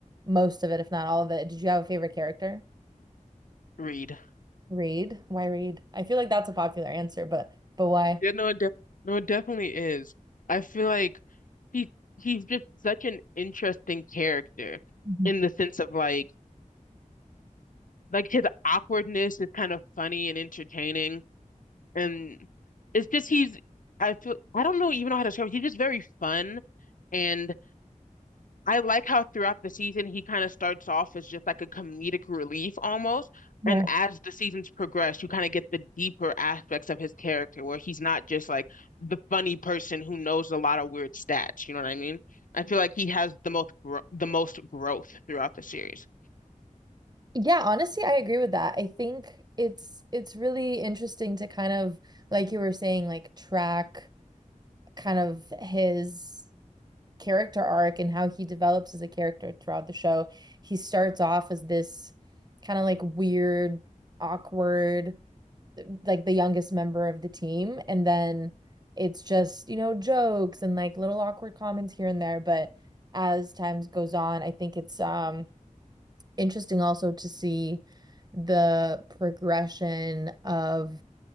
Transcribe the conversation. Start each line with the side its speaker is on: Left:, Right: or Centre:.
Right: most of it, if not all of it. Did you have a favorite character?
Left: Read.
Right: Reed. Why Reed? I feel like that's a popular answer, but but why?
Left: Yeah, no, it de no, it definitely is. I feel like he he's just such an interesting character
Right: Mhm.
Left: in the sense of like like his awkwardness is kind of funny and entertaining, and it's just he's I feel I don't know even know how to describe it. He's just very fun and I like how throughout the season he kind of starts off as just like a comedic relief almost.
Right: Yeah.
Left: And as the seasons progress, you kind of get the deeper aspects of his character where he's not just like the funny person who knows a lot of weird stats. You know what I mean? I feel like he has the most gro the most growth throughout the series.
Right: Yeah, honestly, I agree with that. I think it's it's really interesting to kind of like you were saying, like track kind of his character arc and how he develops as a character throughout the show. He starts off as this kind of like weird, awkward, like the youngest member of the team. And then it's just, you know, jokes and like little awkward comments here and there. But as time goes on, I think it's um interesting also to see the progression of